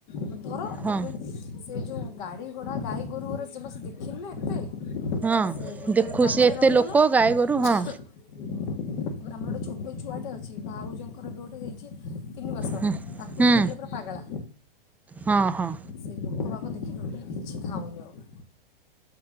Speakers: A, on the left; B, in the centre.
A: ମତେ ଧର
B: ହଁ
A: ତାପରେ ସେ ଯୋଉ ଗାଡି ଘୋଡା ଗାଈ ଗୋରୁ ଗୁରାକ ଜମା ସେ ଦେଖିନିନା ଏତେ
B: ହଁ
A: ସେ ଗୋଟେ
B: ଦେଖୁ
A: ଜାଗାରେ
B: ସେ ଏତେ
A: ରହିଗଲା
B: ଲୋକ
A: ନା।
B: ଗାଈ ଗୋରୁ
A: ତାପରେ
B: ହଁ
A: ଆମର ଗୋଟେ ଛୋଟ ଛୁଆଟେ ଅଛି ବା ଭାଉଜଙ୍କର ବି ଗୋଟେ ହେଇଚି। ତିନି ମାସର
B: ହୁଁ
A: ତାକୁ
B: ହୁଁ
A: ଦେଖିଦେଲେ ପୁରା ପାଗାଳା।
B: ହଁ ହଁ।
A: ସେ ଲୋକ ବାକ ଦେଖି ଟୋଟାଲି କିଛି ଖାଉନି ଆଉ।